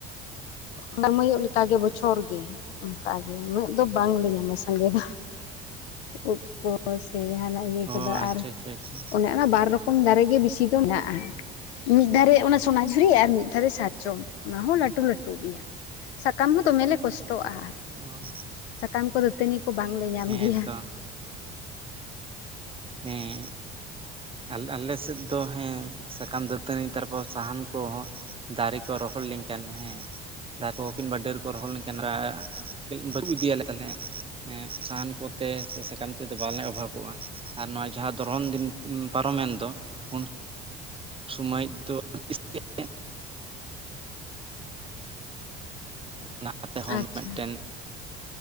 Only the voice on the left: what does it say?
ᱱᱟᱹᱢᱟᱹᱭᱚᱜ ᱞᱮᱠᱟᱜᱮ ᱵᱚᱪᱷᱚᱨ ᱜᱮ᱾ ᱚᱱᱠᱟ ᱜᱮ ᱩᱱᱟᱹᱜ ᱫᱚ ᱵᱟᱝᱞᱮ ᱧᱟᱢᱟ ᱥᱟᱸᱜᱮ ᱫᱚ᱾ ᱩᱫᱽ ᱠᱚ ᱥᱮ ᱡᱟᱦᱟᱱᱟᱜ ᱤᱭᱟᱹ
ᱠᱚᱫᱚ
ᱟᱨ
ᱚᱱᱟ ᱚᱱᱟ ᱵᱟᱨ ᱨᱚᱠᱚᱢ ᱫᱟᱨᱮ ᱜᱮ ᱵᱮᱥᱤ ᱫᱚ ᱢᱮᱱᱟᱜᱼᱟ᱾ ᱢᱤᱫ ᱫᱷᱟᱨᱮ ᱚᱱᱟ ᱥᱚᱱᱟᱡᱷᱩᱨᱤ ᱟᱨ ᱢᱤᱫ ᱫᱷᱟᱨᱮ ᱥᱟᱨᱡᱚᱢ᱾ ᱚᱱᱟ ᱦᱚᱸ ᱞᱟᱹᱴᱩ ᱞᱟᱹᱴᱩ᱾ ᱴᱩ ᱜᱮᱭᱟ᱾ ᱥᱟᱠᱟᱢ ᱦᱚᱸ ᱫᱚᱢᱮᱞᱮ ᱠᱚᱥᱴᱚᱜ-ᱟ᱾
ᱥᱟᱠᱟᱢ ᱠᱚ ᱫᱟᱹᱛᱟᱹᱱᱤ ᱠᱚ ᱵᱟᱝᱞᱮ ᱧᱟᱢ
ᱜᱮᱭᱟ᱾
ᱟᱪᱪᱷᱟ